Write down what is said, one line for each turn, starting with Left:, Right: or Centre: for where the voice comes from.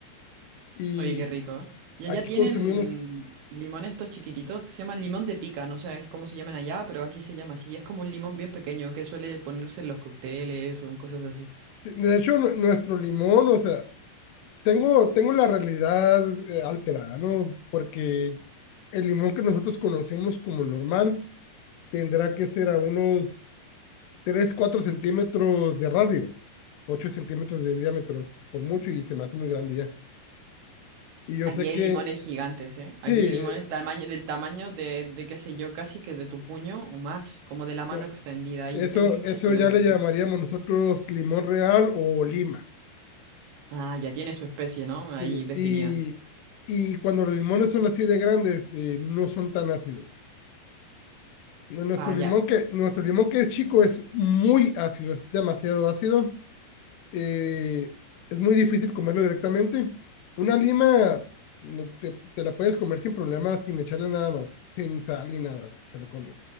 Left: y
Right: Oye, qué rico. Y allá
Left: aquí
Right: tienen
Left: consumimos.
Right: limones estos chiquititos que se llaman limón de pica, no sé es cómo se llaman allá, pero aquí se llama así. Es como un limón bien pequeño que suele ponerse en los cócteles o en cosas así.
Left: De hecho, nu- nuestro limón, o sea, tengo, tengo la realidad eh, alterada, ¿no? Porque el limón que nosotros conocemos como normal tendrá que ser a unos 3 4 centímetros de radio, 8 centímetros de diámetro, por mucho, y se me hace muy grande ya. Y yo
Right: Aquí
Left: sé
Right: hay
Left: que,
Right: limones gigantes, ¿eh? Aquí
Left: sí, eh,
Right: hay limones tamaño, del tamaño de, de, qué sé yo, casi que de tu puño o más, como de la mano
Left: no,
Right: extendida. Hay,
Left: eso,
Right: hay limones
Left: eso
Right: gigantes,
Left: ya le
Right: sí.
Left: llamaríamos nosotros limón real o lima.
Right: Ah, ya tiene su especie, ¿no? Ahí
Left: Sí,
Right: definida.
Left: y, y cuando los limones son así de grandes, eh, no son tan ácidos. Nu- Nuestro
Right: Vaya.
Left: limón que, nuestro limón que es chico es muy ácido, es demasiado ácido. eh, es muy difícil comerlo directamente. Una lima no, te, te la puedes comer sin problema, sin echarle nada más, sin sal ni nada, se la come.